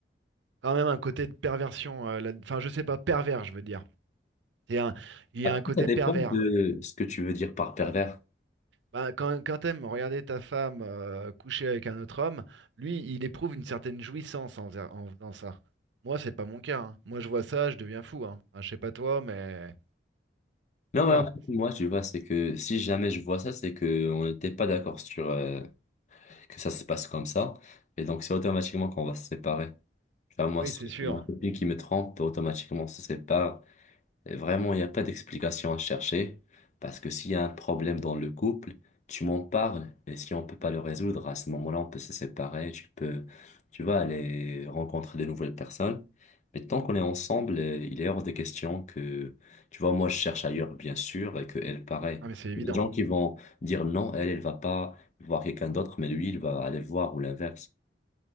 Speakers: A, on the right (about 80°); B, on the left (about 40°).
A: quand même un côté de perversion. euh, là- Enfin, je sais pas, pervers, je veux dire. C'est un- Il y
B: Après,
A: a un côté
B: ça dépend
A: pervers.
B: de ce que tu veux dire par pervers.
A: Bah, quand, quand t'aimes regarder ta femme euh, coucher avec un autre homme, lui, il éprouve une certaine jouissance en, faisant en faisant ça. Moi, c'est pas mon cas. hein. Moi, je vois ça, je deviens fou. Hein. Enfin, je sais pas toi, mais
B: Non,
A: voilà.
B: ouais, en fait, moi, tu vois, c'est que si jamais je vois ça, c'est que on n'était pas d'accord sur euh, que ça se passe comme ça. Et donc, c'est automatiquement qu'on va se séparer. Enfin, moi,
A: Oui,
B: si
A: c'est
B: j'ai
A: sûr.
B: ma copine qui me trompe, automatiquement, on se sépare. Et Vraiment, il n'y a pas d'explication à chercher parce que s'il y a un problème dans le couple, tu m'en parles et si on peut pas le résoudre, à ce moment-là, on peut se séparer, tu peux, tu vas aller rencontrer de nouvelles personnes. Mais tant qu'on est ensemble, euh, il est hors de question que, tu vois, moi, je cherche ailleurs, bien sûr, et que elle, pareil.
A: Ah, mais c'est évident.
B: Les gens qui vont dire non, elle, elle va pas voir quelqu'un d'autre, mais lui, il va aller voir ou l'inverse.